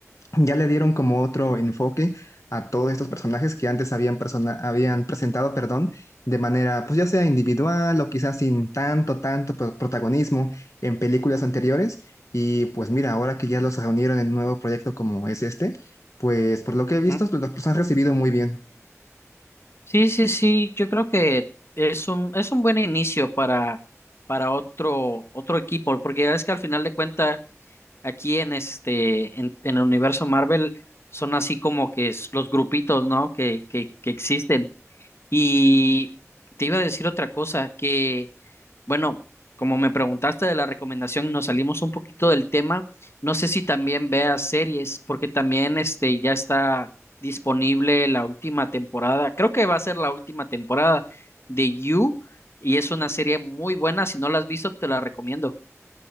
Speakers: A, on the left (about 70°); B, on the left (about 50°).
A: ya le dieron como otro enfoque a todos estos personajes que antes habían, persona- habían presentado, perdón, de manera, pues ya sea individual o quizás sin tanto, tanto pro- protagonismo en películas anteriores. Y pues mira, ahora que ya los reunieron en un nuevo proyecto como es este, pues por lo que
B: Ujú.
A: he visto, los los han recibido muy bien.
B: Sí, sí, sí, yo creo que es un, es un buen inicio para, para otro, otro equipo, porque ya ves que al final de cuenta aquí en este, en, en el universo Marvel, son así como que es los grupitos, ¿no? Que, que, que existen. Y te iba a decir otra cosa, que Bueno, como me preguntaste de la recomendación y nos salimos un poquito del tema, no sé si también veas series, porque también este ya está disponible la última temporada. Creo que va a ser la última temporada de You y es una serie muy buena. Si no la has visto, te la recomiendo.